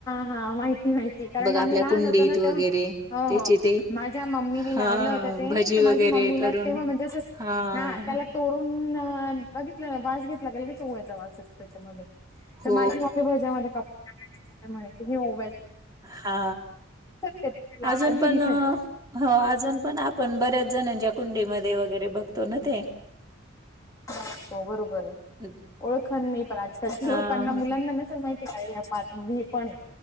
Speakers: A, on the left; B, on the right.
A: हा माहिती माहिती कारण आम्ही
B: आपल्या
A: लहान
B: कुंडीत
A: होतो ना?
B: वगैरे
A: तेव्हा हो
B: त्याचे
A: हो
B: ते
A: माझ्या मम्मीने
B: हां,
A: लावलं होत ते
B: भजी
A: तर
B: वगैरे
A: माझी मम्मीला
B: करून
A: तेव्हा म्हणजे अस
B: हां.
A: हा त्याला तोडूनं बघितलं ना वास घेतला का लगेच ओव्याचा वास येतो त्याच्यामध्ये. तर
B: हो.
A: माझी मम्मी भजामध्ये <inaudible> म्हणायची हे ओ
B: हा,
A: ते तुला
B: अजून
A: आधी
B: पण
A: दिसायचा
B: हो अजून पण आपण बऱ्याच जणांच्या कुंडीमध्ये वगैरे बघतो ना ते.
A: <unintelligible> हो बरोबर आहे
B: हं.
A: ओळखन नाही पण आजकालच्या
B: अ,
A: लोकांना मुलांना नसेल माहि <unintelligible> हे पण आहे